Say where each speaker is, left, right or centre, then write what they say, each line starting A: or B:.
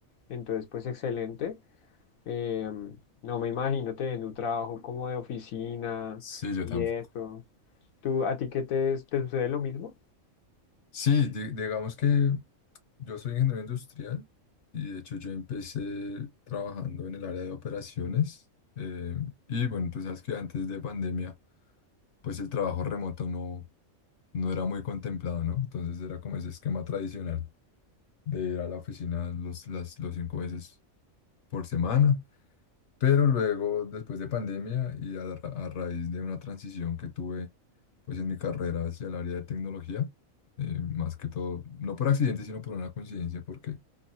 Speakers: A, on the left; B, on the left.
A: Entonces, pues excelente. Em, no me imagino tener un trabajo como de oficina
B: Sí, yo
A: y
B: tampoco.
A: eso. ¿Tú, a ti qué te, te sucede lo mismo?
B: Sí, di- digamos que yo soy ingeniero industrial y de hecho yo empecé trabajando en el área de operaciones. eh, y bueno, tú sabes que antes de pandemia, pues el trabajo remoto no. no era muy contemplado, ¿no? Entonces era como ese esquema tradicional de ir a la oficina los, las, los cinco veces por semana. Pero luego, después de pandemia y a, ra- a raíz de una transición que tuve pues en mi carrera hacia el área de tecnología, eh, más que todo, no por accidente, sino por una coincidencia, porque